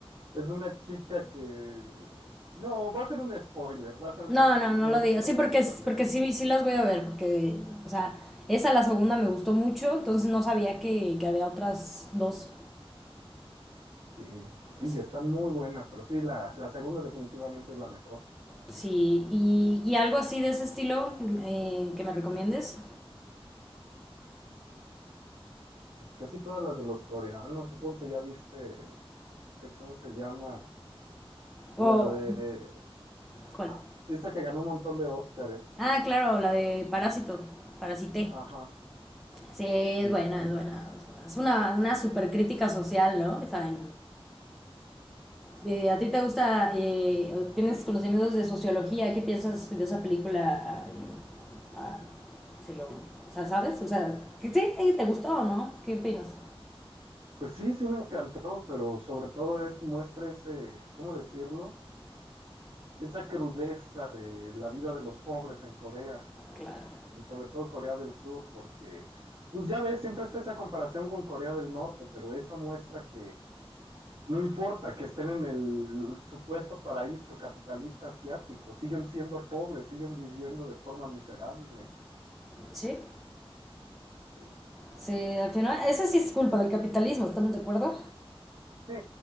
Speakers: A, on the right; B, in the centre.
A: es una chica que... No, va a ser un spoiler, va a ser un
B: No,
A: spoiler,
B: no, no
A: no,
B: lo
A: no
B: digas.
A: te la
B: Sí,
A: voy
B: porque,
A: a spoilear.
B: es- porque sí, sí las voy a ver, porque, o sea, esa la segunda me gustó mucho, entonces no sabía que, que había otras dos.
A: Sí, sí,
B: Sí,
A: están muy buenas, pero sí, la, la segunda definitivamente es la mejor.
B: sí, y, y algo así de ese estilo eh, que me recomiendes.
A: Pues casi todas las de los coreanos, supongo que ya viste, este, ¿cómo se llama? La
B: O,
A: de...
B: ¿cuál?
A: ah, Esta que ganó un montón de Óscares.
B: Ah, claro, la de Parásito, Parasité.
A: Ajá.
B: Sí, es
A: Sí,
B: buena,
A: sí, sí.
B: es buena. Es una, una super crítica social, ¿no? O sea, De, ¿A ti te gusta, eh, tienes conocimientos de sociología? ¿Qué piensas de esa película? Ah, si lo, o sea, ¿sabes? O sea, ¿qué- sí, eh, ¿te gustó o no? ¿Qué opinas?
A: Pues sí, sí me encantó, pero sobre todo es muestra ese, ¿cómo decirlo? Esa crudeza de la vida de los pobres en Corea
B: Claro.
A: y sobre todo Corea del Sur, porque pues ya ves, siempre está esa comparación con Corea del Norte, pero eso muestra que no importa que estén en el supuesto paraíso capitalista asiático, siguen siendo pobres, siguen viviendo de forma miserable.
B: Sí.
A: Sí,
B: Sí, al final, esa sí es culpa del capitalismo, ¿estamos de acuerdo?
A: sí,